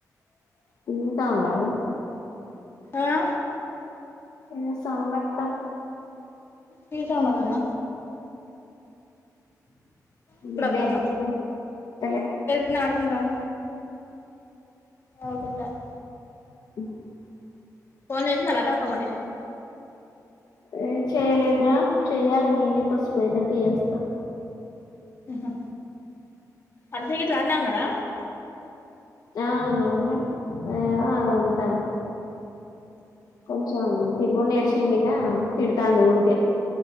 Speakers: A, on the left (about 75°); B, on the left (about 40°).
A: తింటాండా
B: ఆ
A: ఏం చెస్తాండవ్
B: తీసాం అత్తమ్మ ఇప్పుడు
A: బిడ్డ
B: అత్తమ్మా
A: ఏం చెప్తాంది వత్తలే
B: ఇనాడు గుండం ఆడుకుంటాంది
A: <inaudible>
B: ఫోన్ చేసిందా లతక్క మరి
A: ఏ చేయలేదురా చెయ్యాల నేనే కొద్ది సేపు ఉన్నాక చేస్తా
B: హ అభిషేక్ గిట్లా ఆన్నే ఉన్నాడా
A: ఆ ఆన్నే ఉన్నాడు ఆ ఉంటాం కొంచం తిరుగు నేర్షిండిగా తిడుతాండు ఊరికే